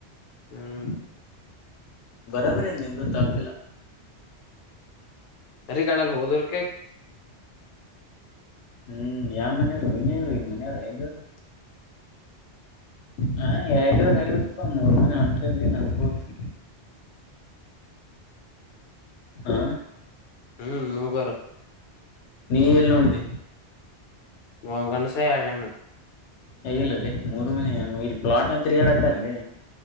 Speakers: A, on the left; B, on the left.
A: ಹ್ಮ್
B: ಬರಬ್ರೆ ನಿಂದು ತಪಿಲ್ಲ
A: ಸರಿ ಕಣಲ್ ಹೋದ್ರಕ
B: ಹ್ಮ್ ಯಾವ ಮನೆಯವರು ಇನೇವರು ಇನ್ ಮನೆಯವರು ಇದವರು ಹ ಎಲ್ಲರು ಯಾರ ಗತ್ತಪ್ಪ ಮೂರ್ ಮನ ಹೊಂಟ್ರ ಇಲ್ಲಿ ನಡ್ಕೋತ್ತು ಆ
A: ಹ್ಮ್ ಮುಗರ
B: ನೀ ಎಲ್ಲಿ ನೋಡಿದಿ.
A: ಒಂಗಣ ಸ <unintelligible>
B: ಎ ಇಲ್ಲ ಓಲೆ ಮೂರು ಮನೆ ಏನ್ ಇಲ್ಲಿ ಪ್ಲಾಟ್ನ ತಿರುಗಾಡತ್ತಾರಲೇ.